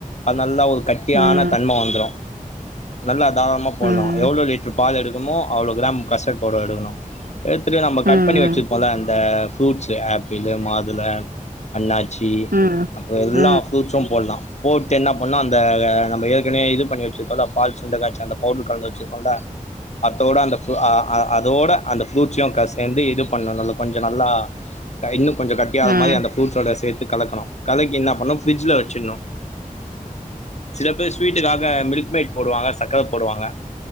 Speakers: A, on the left; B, on the right.
A: அது நல்லா ஒரு கட்டியான
B: ம்
A: தன்ம வந்துரு நல்லா தாராலமா போட்லா
B: ம்
A: எவ்ளோ லிட்ரு பால் எடுகருமோ அவ்ளோ கிராம் கஸ்டட் பவுடர் எடுக்கனு எடுத்துட்டு நம்ம
B: ம்
A: கட்
B: ம்
A: பண்ணி வெச்சிர்போல்ல அந்த ஃப்ரூட்சு ஆப்பிளு மாதுள அண்ணா ச்சி
B: ம்
A: அப்றோ எல்லா
B: ம் ம் ம்
A: ஃப்ரூட்சும் போட்லா அத்து என்ன பண்ணோ அந்த நம்ம ஏற்கனவே இது பண்ணி வெச்சிருக்கோல்ல பால் சுண்ட காச்சி அந்த பவுட்ரு கலந்து வெச்சிருக்கோல்லா அத்தோட அந்த ஃப்ரூ அ அ அதோட அந்த ஃப்ரூட்ஸயு க சேந்து இது பண்ணணோ நல் கொஞ்சோ நல்லா க இன்னு கொஞ்சோ கட்டியாகாத
B: ம் ம் ம்
A: மாரி அந்த ஃப்ரூட்சோட சேத்துகலக்கணோ கலக்கி என்னா பண்ணு ஃப்ரிஜ்ல வெச்சிண்ணு சில பேர் ஸ்வீட்டுக்காக மில்க் மேட் போடுவாங்க சக்கர போடுவாங்க